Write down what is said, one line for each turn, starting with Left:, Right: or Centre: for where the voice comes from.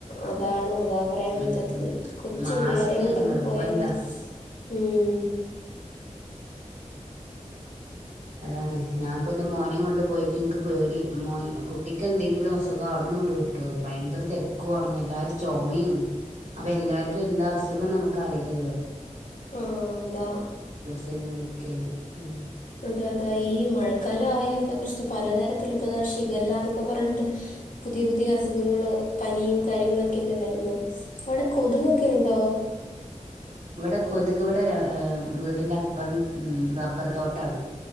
Left: അതാണ് അതാ പറയാൻ
Right: ഉം
Left: പറ്റാത്തത് കൊച്ചു
Right: മാസ്ക്
Left: പിള്ളേരെയും കൊണ്ടൊക്കെ
Right: നിർബന്ധാ
Left: പോയാലേ ഉം
Right: അതാണ് ഞാൻപ്പൊ എന്റെ മോനും കൊണ്ട് പോയിട്ട് ഇനിക്ക് പേടി മോ കുട്ടിക്ക് എന്തെങ്കിലും അസുഖ അവിടുന്ന് കിട്ടുവോ ഭയങ്കര തിരക്കുണ് എല്ലാരും ചുമയും അപ്പൊ എല്ലാർക്കും എന്താ അസുഖം നമുക്ക് അറിയില്ലല്ലോ
Left: ആ അത
Right: <inaudible>
Left: അതെ അതാ ഈ മഴക്കാലം ആയാ ഇത പ്രശച്ച് പലതരത്തി ഇപ്പ ഇതാ ശിഖല്ലന്നൊക്കെ പറഞ്ഞിട്ട് പുതിയ പുതിയ അസുഖങ്ങള പനിയും കാര്യങ്ങളും ഒക്കെല്ലേ വരുന്നത് അവിടെ കൊതുകൊക്കെ ഇണ്ടോ
Right: ഇവിടെ കൊതുക് ഇവിടെ വീടിന്റെ അപ്പുറം റബ്ബർ തോട്ടാണ്